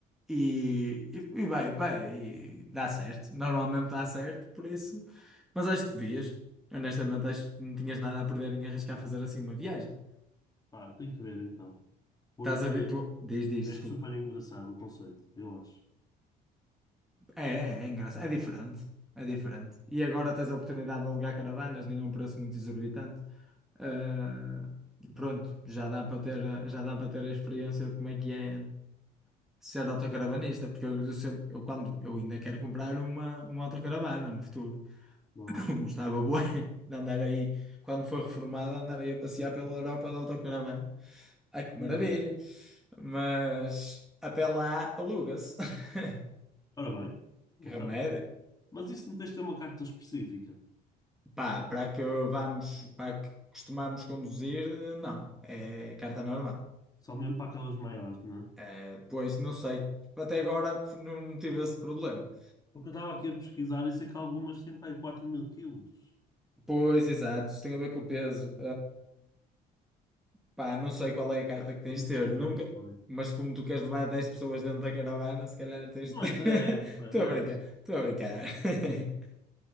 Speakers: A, in the centre; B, on the left (about 20°).
A: E, e, e vai, vai, e dá certo. Normalmente dá certo, por isso. Mas acho que devias. Honestamente, acho que não tinhas nada a perder em arriscar fazer assim uma viagem.
B: Pá, tem que ver então. Porque
A: Estás habituado. Diz, diz,
B: é
A: desculpa.
B: super engraçado o conceito, eu acho.
A: É, é, é engraçado. É diferente. É diferente. E agora tens a oportunidade de alugar caravanas, nem a um preço muito exorbitante. Ah, pronto, já dá para ter, a- já dá para ter a experiência de como é que é ser autocaravanista, porque eu, eu sempre- eu quando eu ainda quero comprar uma, uma autocaravana no futuro.
B: Não.
A: <laughs> Gostava bué de andar aí, quando for reformado, andar aí a passear pela Europa de autocaravana. Ai, que
B: é?
A: maravilha!
B: Hum.
A: Mas até lá aluga-se. <laughs>
B: Ora bem, então.
A: Que remédio.
B: Mas isso não tens de ter uma carta específica.
A: Pá, para que vamos, para que costumamos conduzir, não. É carta normal.
B: Só mesmo para aquelas maiores, não é?
A: É, pois, não sei. Até agora não tive esse problema.
B: Porque eu estava aqui a pesquisar e sei que algumas têm para aí 4 mil quilos.
A: Pois, exato. Isso tem a ver com o peso. Pá, não sei qual é a carta que tens
B: Tenho
A: de
B: que
A: ter,
B: pesquisar
A: nunca,
B: isso bem.
A: mas como tu queres levar 10 pessoas dentro da caravana, se calhar tens
B: Não
A: de.
B: é dez
A: <laughs>
B: não
A: Estou
B: é
A: a brincar,
B: dez
A: estou a brincar. <laughs>